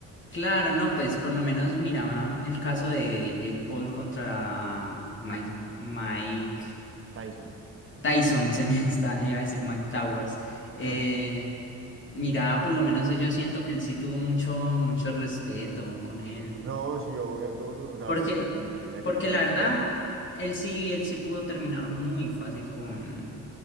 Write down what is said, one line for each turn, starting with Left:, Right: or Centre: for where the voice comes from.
Left: claro, no, pues por lo menos miraba el caso de Jake Paul contra Mike, Mike
Right: Tyson.
Left: Tyson, <laughs> se me está, iba a decir Mike Towers. Eh,
Right: <laughs>
Left: miraba, por lo menos yo siento que él sí tuvo mucho, mucho respeto con él.
Right: No, sí, obvio, tuvo su, o sea,
Left: Porque,
Right: porque tenía, tenía
Left: porque
Right: que tener
Left: la
Right: el respeto,
Left: verdad, él sí, él sí pudo terminar muy fácil con,